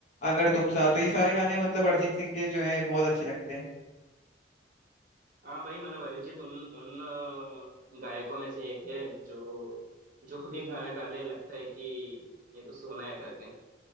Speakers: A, on the left (about 40°); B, on the right (about 50°).
A: अगर तुम साथ हो तो ये सारे गाने मतलब अरिजीत सिंह के जो हैं बहुत अच्छे लगते हैं
B: हाँ भाई मतलब अरिजीत उन उन अ, गायकों में से एक है जो जो भी गाना गा ले लगता है कि ये तो सोना है करके